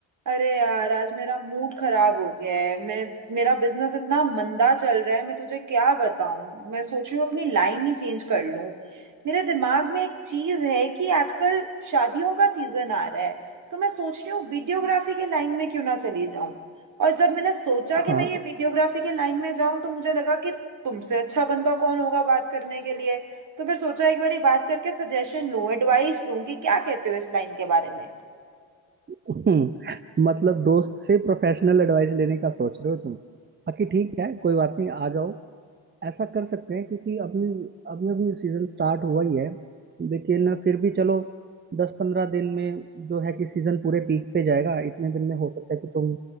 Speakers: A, on the right; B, on the right.
A: अरे यार आज मेरा मूड खराब हो गया है मैं मेरा बिजनेस इतना मंदा चल रहा है मैं तुझे क्या बताऊं मैं सोच रही हूँ अपनी लाइन ही चेंज कर लूं मेरे दिमाग में एक चीज है कि आजकल शादियों का सीजन आ रहा है तो मैं सोच रही हूँ वीडियोग्राफी के लाइन में क्यों ना चली जाऊं और जब मैंने सोचा
B: हाँ
A: कि मैं ये वीडियोग्राफी के लाइन में जाऊं तो मुझे लगा कि तुमसे अच्छा बंदा कौन होगा बात करने के लिए तो फिर सोचा एक बारी बात करके सजेशन लूं एडवाइस लूं कि क्या कहते हो इस लाइन के बारे में
B: <laughs> मतलब दोस्त से प्रोफेशनल एडवाइस लेने का सोच रहे हो तुम बाकी ठीक है कोई बात नहीं आ जाओ ऐसा कर सकते हैं क्योंकि अभी अभी अभी सीजन स्टार्ट हुआ ही है लेकिन फिर भी चलो दस पंद्रह दिन में जो है कि सीजन पूरे पीक पे जाएगा इतने दिन में हो सकता है कि तुम